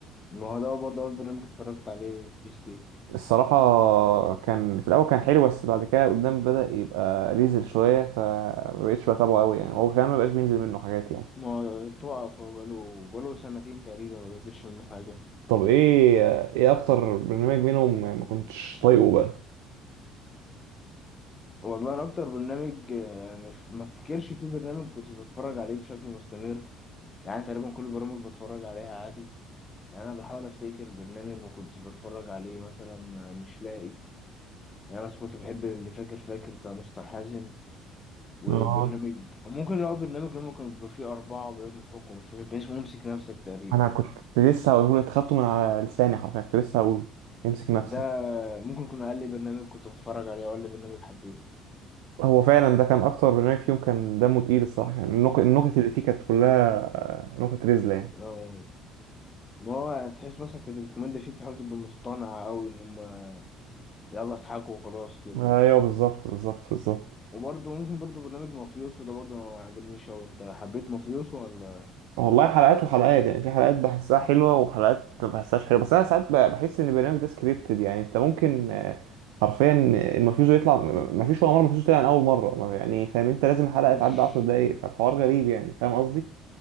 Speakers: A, on the left; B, on the right.
A: ما هو ده برضه اول برنامج اتفرجت عليه بيس كيك
B: الصراحة كان في الأول كان حلو بس بعد كده قدام بدأ يبقى ريزل شوية فمبقتش بتابعه قوي يعني هو كمان مبقاش بينزل منه حاجات يعني
A: ما هو توقف هو بقاله بقاله سنتين تقريبا ما بينزلش منه حاجة
B: طب ايه ايه أكتر برنامج منهم ما كنتش طايقه بقى؟
A: والله انا اكتر برنامج آه، مش ما افتكرش في برنامج كنت بتفرج عليه بشكل مستمر يعني تقريبا كل البرامج بتفرج عليها عادي يعني انا بحاول افتكر برنامج ما كنتش بتفرج عليه مثلا آه، مش لاقي يعني انا بس كنت بحب اللي فاكر فاكر بتاع مستر حازم وبرنامج
B: اه
A: ممكن لو برنامج اللي ممكن بيبقى فيه أربعة بيقعدوا يضحكوا مش فاكر كان اسمه امسك نفسك تقريبا
B: أنا كنت لسه هقوله لك، خدته من على لساني حرفيا كنت لسه هقوله امسك نفسك
A: ده ممكن يكون أقل برنامج كنت بتفرج عليه أو أقل برنامج حبيته
B: هو فعلا ده كان أكتر برنامج فيهم كان دمه تقيل الصراحة يعني النك- النكت اللي فيه كانت كلها آه، نكت رزلة يعني
A: اه ما هو تحس مثلا في الكوميديا فيه بتحاول تبقى مصطنعة أوي إن هما يلا اضحكوا وخلاص كده
B: آه، أيوه بالظبط بالظبط بالظبط
A: وبرضه ممكن برضه برنامج مافيوسو ده برضه ما عجبنيش أوي أنت حبيت مافيوسو ولا؟
B: والله حلقات وحلقات يعني في حلقات بحسها حلوة وحلقات ما بحسهاش حلوة بس أنا ساعات ب- بحس إن البرنامج ده سكريبتد يعني أنت ممكن آه، حرفيا المفيش يطلع مفيش ولا مرة مفيش طلع من أول مرة ما- يعني فاهم أنت لازم الحلقة
A: <laughs>
B: تعدي 10 دقايق فالحوار غريب يعني فاهم قصدي؟